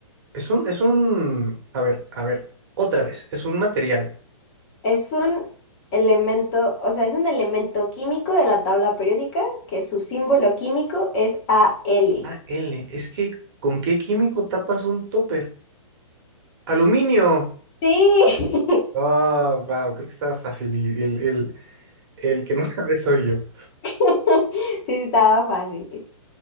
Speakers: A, on the right; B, on the left.
A: Es un, es un. A ver, a ver, otra vez. Es un material.
B: es un elemento, o sea, es un elemento químico de la tabla periódica que su símbolo químico es Al.
A: Ah, L. Es que, ¿con qué químico tapas un topper? ¡Aluminio!
B: Sí. <laughs>
A: Ah, wow, creo que estaba fácil y el, el, el que no <laughs> sabe soy yo.
B: <laughs> Sí, sí, estaba fácil.